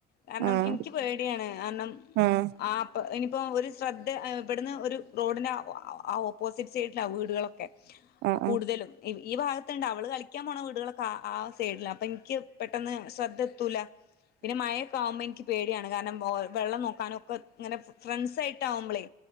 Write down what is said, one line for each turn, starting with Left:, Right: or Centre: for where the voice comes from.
Left: കാരണം
Right: ആഹ്
Left: എനിക്ക് പേടിയാണ് കാരണം
Right: ആഹ്
Left: ആപ്പ് ഇനി ഇപ്പൊ ഒരു ശ്രദ്ധ ഇവിടുന്ന് ഒരു റോഡിന്റെ ആഹ്ഓഹ് ഓപ്പോസിറ്റ് സൈഡ് വീടുകള ഓക്കേ
Right: ആഹ്
Left: കൂടുതലും ഈ ഭാഗത്തുണ്ട് അവള് കളിക്കാൻ പോണ വീടുകളൊക്കെ ആ സൈഡിലാ അപ്പൊ എനിക്ക് പെട്ടെന്ന് ശ്രദ്ധ എത്തൂല പിന്നെ മഴയൊക്കെ ആവുമ്പോ എനിക്ക് പേടിയാണ് കാരണം വെള്ളം നോക്കാനൊക്കെ ഇങ്ങനെ ഫ്രണ്ട്സ് ആയിട്ട് ആവുമ്പോളേ